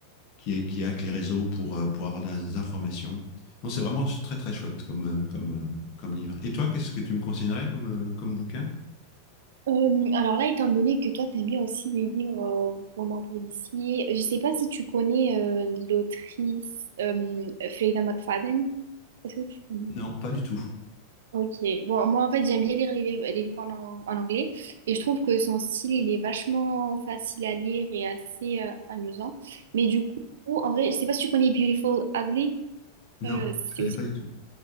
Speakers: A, on the left; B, on the right.
A: qui, est, qui hack les réseaux pour, euh, pour avoir des informations. Non, c'est vraiment très très chouette comme, euh, comme, euh, comme livre. Et toi, qu'est-ce que tu me conseillerais comme, euh, comme bouquin?
B: Euh, alors là, étant donné que toi, t'aimes bien aussi les livres euh, romans policiers, je sais pas si tu connais euh, l'autrice euh, Fleda McFadden. Est-ce que tu connais ou
A: Non,
B: pas
A: pas du tout.
B: Ok. Bon, moi, en fait, j'aime bien lire les, liv- les livres en, an- en anglais et je trouve que son style, il est vachement facile à lire et assez euh, amusant. Mais du coup, en vrai, je sais pas si tu connais Beautiful Ugly.
A: Non,
B: Euh,
A: je
B: c'est
A: connais
B: aussi...
A: pas du tout.